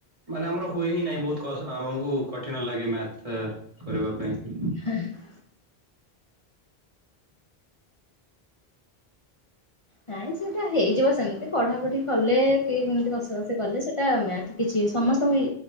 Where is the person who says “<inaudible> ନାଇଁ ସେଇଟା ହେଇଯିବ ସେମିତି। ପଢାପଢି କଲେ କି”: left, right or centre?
Left